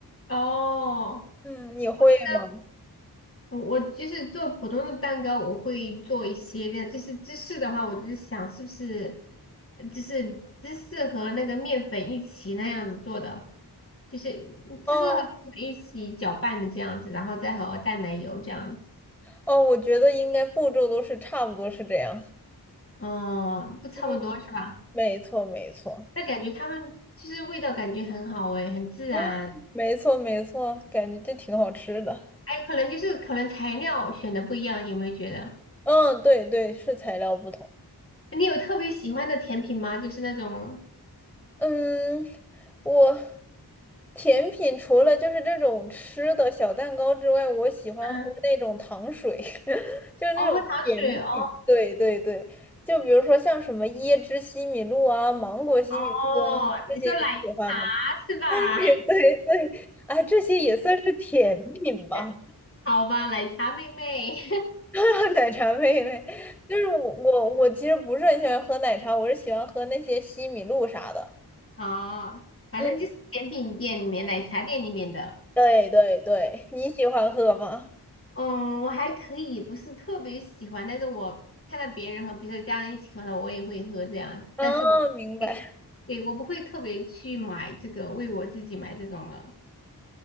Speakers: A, on the left; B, in the centre.
A: 哦，
B: 嗯，你会吗？
A: 我觉得我我就是做普通的蛋糕，我会做一些的，就是芝士的话，我就是想是不是呃就是芝士和那个面粉一起那样子做的，就是芝士和面粉一起搅拌的这样子，
B: 哦
A: 然后再和淡奶油这样子，
B: 哦，我觉得应该步骤都是差不多是这样。
A: 哦，不差不多是吧？
B: 嗯，没错没错，
A: 但感觉他们就是味道感觉很好诶，很自然。
B: 嗯，没错没错，感觉就挺好吃的。
A: 哎，可能就是可能材料选的不一样，有没有觉得？
B: 嗯，对对，是材料不同。
A: 你有特别喜欢的甜品吗？就是那种，
B: 嗯，我甜品除了就是这种吃的小蛋糕之外，我喜欢喝那种糖水，
A: 嗯，
B: <laughs> 就是那种甜品。
A: 哦，喝糖水，哦，
B: 对对对，就比如说像什么椰汁西米露啊、芒果西米露啊，
A: 哦，
B: 这些你喜欢吗？
A: 你说奶茶是吧？
B: <laughs> 对对对，啊，这些也算是甜品吧。
A: <laughs> 好吧，奶茶妹妹，
B: <laughs> 奶茶妹妹，就是我我我其实不是很喜欢喝奶茶，我是喜欢喝那些西米露啥的。
A: <laughs> 哦，反正就是甜品店里面、
B: 嗯，
A: 奶茶店里面的。
B: 对对对，你喜欢喝吗？
A: 嗯，我还可以，不是特别喜欢，但是我看到别人和比如说家人一起喝的，我也会喝这样子。
B: 啊，
A: 但是我，
B: 明白。
A: 对，
B: <laughs>
A: 对我不会特别去买这个，为我自己买这种的。